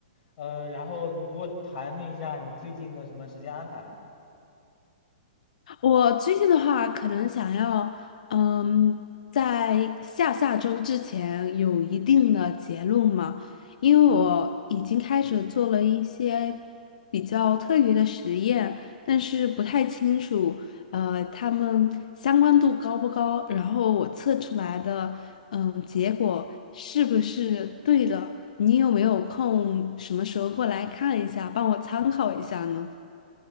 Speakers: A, on the left (about 45°); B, on the left (about 60°).
A: 呃，然后你给我谈论一下你最近的什么时间安排？
B: 我最近的话，可能想要，嗯，在下下周之前有一定的结论嘛，因为我已经开始做了一些比较特别的实验，但是不太清楚，呃，它们相关度高不高，然后我测出来的，嗯，结果是不是对的？你有没有空，什么时候过来看一下，帮我参考一下呢？